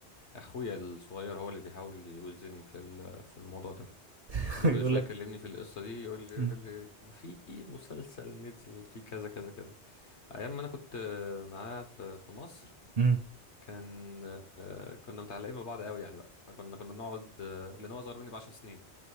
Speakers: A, on the left (about 75°); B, on the right (about 45°).
A: اخويا الصغير هو اللي بيحاول يوزني في ال- في الموضوع ده
B: <laughs>
A: بكل
B: <applause> يقول
A: شويه
B: لك
A: يكلمني في القصه دي يقول لي يقول
B: م-
A: لي "ما في مسلسل نزل فيه كذا كذا كذا ايام ما انا كنت آه، معاه في في مصر
B: م-
A: كان آه، كنا متعلقين ببعض قوي يعني بقى كنا كنا نقعد آه، لان هو اصغر مني ب 10 سنين